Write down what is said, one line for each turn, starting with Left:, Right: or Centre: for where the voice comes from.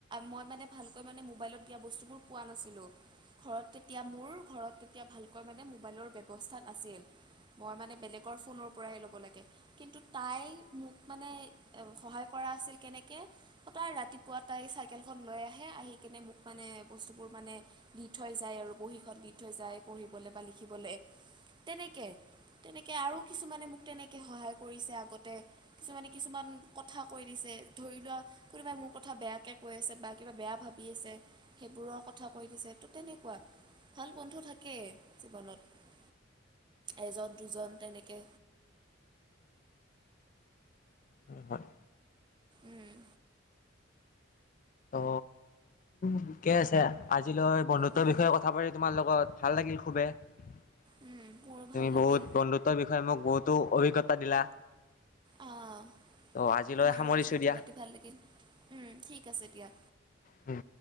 Right: মই মানে ভালকৈ মানে মোবাইলত দিয়া বস্তুবোৰ পোৱা নাছিলোঁ ঘৰত তেতিয়া মোৰ ঘৰত। এতিয়া‌ ভালকৈ মানে মোবাইলৰ ৱেব অৱস্থাত নাছিল মই মানে বেলেগৰ ফোনৰ পৰাই ল'ব লাগে কিন্তু তাই মোক মানে সহায় কৰা আছিল কেনেক তাই ৰাতিপুৱা তাই চাইকেলখন লৈ আহে আহি কিনে মোক মানে বস্তুবোৰ মানে দি থৈ যায় আৰু বহীখন দি থৈ যায় পঢ়িবলে বা লিখিবলে তেনেকে তেনেকে আৰু কিছুমানে মোক তেনেকে সহায় কৰিছে আগতে কিছুমানে কিছুমান কথা কৈ দিছে ধৰি লোৱা কোনোবাই মোৰ কথা বেয়াকে কৈ আছে বা কিবা বেয়া ভাবি আছে সেইবোৰৰ কথা কৈ দিছে ত তেনেকুৱা ভাল বন্ধু থাকেই জীৱনত এজন দুজন তেনেকে
Left: উম হয়
Right: উম
Left: ত ঠিকে আছে আজিলৈ বন্ধুত্বৰ
Right: উম
Left: বিষয়ে কথা পাতি তোমাৰ লগত ভাল লাগিল খুবে তুমি
Right: উম মোৰো ভাল লাগিল
Left: বহুত বন্ধুত্বৰ বিষয়ে মোক বহুতো অভিজ্ঞতা দিলা।
Right: আহ
Left: ত' আজিলৈ
Right: তোমাৰ
Left: সামৰিছো
Right: লগতো কথা
Left: দিয়া।
Right: পাতি ভাল লাগিল উম ঠিক আছে। দিয়া
Left: উম